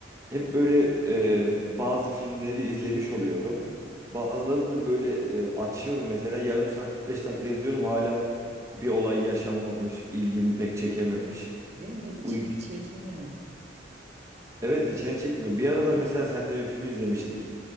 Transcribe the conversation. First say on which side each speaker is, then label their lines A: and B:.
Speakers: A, on the right (about 15°); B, on the right (about 35°).
A: hep böyle e, bazı filmleri izlemiş oluyorum. Bazıları da böyle e, açıyorum mesela yarım saat 45 dakika izliyorum hala bir olay yaşanmamış ilgimi pek çekememiş.
B: Değil mi? Bir içini
A: Uy-
B: çekmiyor.
A: evet içine çekmiyor. Bir aralar mesela seninle bir film izlemiştik.